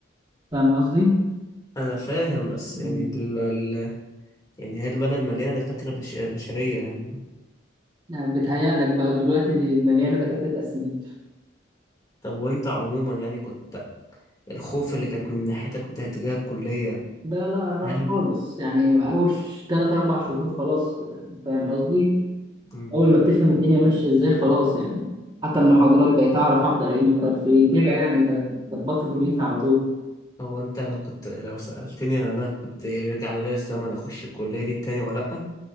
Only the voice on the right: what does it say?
فاهم قصدي؟
مم.
يعني بتهيألك بقى دلوقتي مليانه دكاتره اسنان
لا لا راح
خالص يعني اول ثلاث اربع شهور خلاص يعني فاهم قصدي؟
اول ما بتفهم الدنيا ماشيه ازاي خلاص يعني حتى المحاضرات بقيت اعرف احضر ايه محضر في ايه كده يعني ظبطت دنيتي على طول